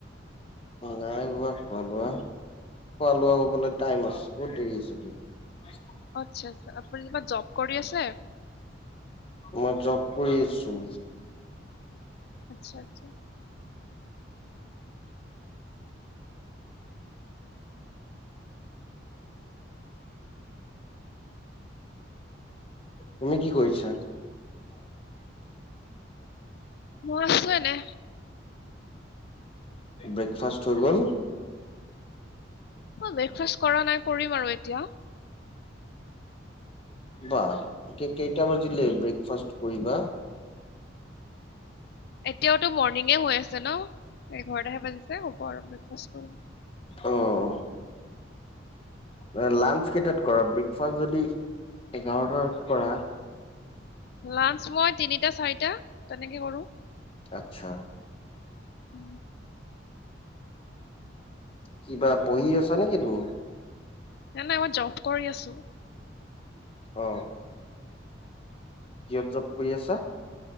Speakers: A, on the left; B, on the left.
A: নাই হোৱা খোৱা-লোৱা। খোৱা-লোৱা হ'বলৈ টাইম আছ- বহুত দেৰি আছে দিয়ক।
B: আচ্ছা - আচ্ছা। আপুনি কিবা জ'ব কৰি আছে?
A: মই জ'ব কৰি আছোঁ।
B: আচ্ছা - আচ্ছা।
A: তুমি কি কৰিছা?
B: মই আছোঁ এনে।
A: ব্ৰেকফাষ্ট হৈ গ'ল?
B: অ' ব্ৰেকফাষ্ট কৰা নাই। কৰিম আৰু এতিয়া।
A: বা, কে- কেইটা বাজিলে ব্ৰেকফাষ্ট কৰিবা?
B: এতিয়াওতো মৰ্ণিঙে হৈ আছে ন'। এঘাৰটাহে বাজিছে। হ'ব আৰু, ব্ৰেকফাষ্ট কৰিম।
A: অ' - অ'। নাই, লাঞ্চ কেইটাত কৰা? ব্ৰেকফাষ্ট যদি এঘাৰটাৰ পৰা?
B: লাঞ্চ মই তিনিটা-চাৰিটা, তেনেকে কৰোঁ।
A: আচ্ছা
B: উম।
A: কিবা পঢ়ি আছা নেকি তুমি?
B: নাই-নাই, মই জ'ব কৰি আছোঁ।
A: অ'। কিহত জব কৰি আছা